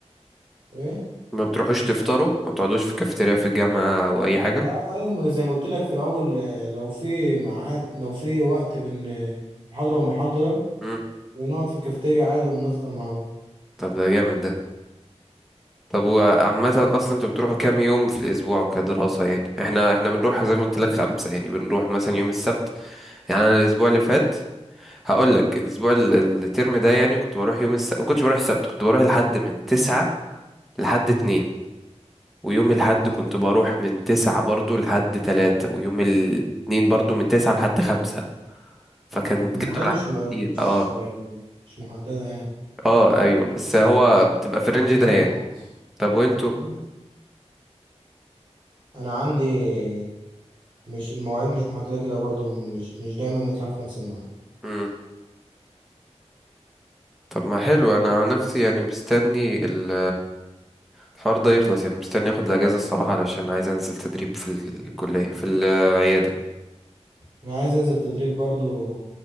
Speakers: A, on the right; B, in the centre.
A: ايه
B: ما بتروحوش تفطروا ما بتقعدوش في كافيتيريا في الجامعة أو أي حاجة
A: لا ايوه ما أنا زي ما قلت لك في الاول لو في ميعاد لو في وقت بين محاضره ومحاضره
B: مم.
A: بنقعد في الكافيتيريا عادي وبنفطر مع بعض
B: طب ده جامد ده طب وعامة أصلا أنتوا بتروحوا كام يوم في الأسبوع كدراسة يعني احنا احنا بنروح زي ما قلت لك خمسة يعني بنروح مثلا يوم السبت يعني أنا الأسبوع اللي فات هقول لك الأسبوع ال- الترم ده يعني كنت بروح يوم السبت ما كنتش بروح السبت كنت بروح لحد من تسعة لحد اتنين ويوم الحد
A: اه
B: كنت بروح من تسعة برضو لحد تلاتة ويوم الاتنين برضو من تسعة لحد خمسة فكان
A: المعاناة
B: جدول عندي
A: مش م-
B: تقيل.
A: مش
B: اه
A: مش محددة يعني
B: اه ايوه بس هو بتبقى في الرينج
A: ازاي
B: ده يعني
A: يا عم
B: طب وانتوا
A: يعني انا عندي مش المواعيد مش محددة كده برضو مش مش دايما بنطلع في نفس الميعاد
B: مم. طب ما حلو انا عن نفسي يعني مستني ال- الحوار ده يخلص يعني مستني اخد الاجازه الصراحه علشان عايز انزل تدريب في الكليه في العياده
A: انا عايز انزل تدريب برضو